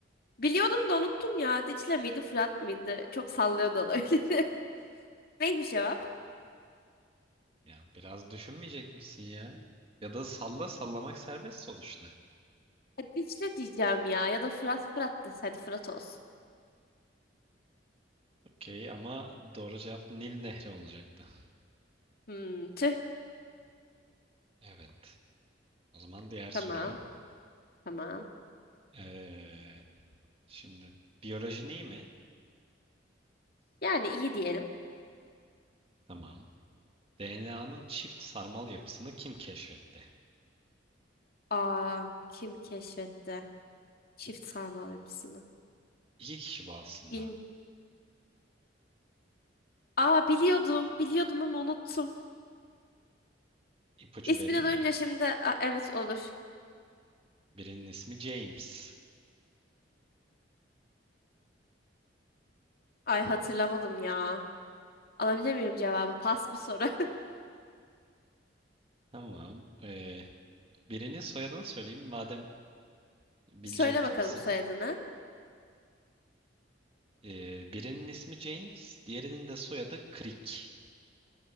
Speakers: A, on the left (about 55°); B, on the right (about 30°).
A: biliyordum da unuttum ya. Dicle miydi, Fırat mıydı? Çok sallıyordu olabilir. <laughs> Neymiş cevap?
B: Ya biraz düşünmeyecek misin ya? Ya da salla sallamak serbest sonuçta.
A: Ha, Dicle diyeceğim ya. Ya da Fırat, Fırat da. Hadi Fırat olsun.
B: Okey ama doğru cevap Nil Nehri olacaktı.
A: Hmm, tüh.
B: Evet. O zaman diğer soru.
A: Tamam, tamam.
B: Ee, şimdi biyolojin iyi mi?
A: Yani iyi diyelim.
B: Tamam. DNA'nın çift sarmal yapısını kim keşfetti?
A: Aa, kim keşfetti çift sarmal yapısını?
B: İki kişi bu aslında.
A: Bilin. Aa biliyordum, biliyordum ama unuttum.
B: İpucu
A: İsmini
B: vereyim
A: duyunca
B: mi?
A: şimdi Aa, evet olur.
B: Birinin ismi James.
A: Ay hatırlamadım ya. Alabilir miyim cevabı? Pas bu soru. <laughs>
B: Tamam. Ee, birinin soyadını söyleyeyim madem bilecek
A: Bir Söyle
B: gibisin.
A: bakalım soyadını.
B: Ee, birinin ismi James, diğerinin de soyadı Crick.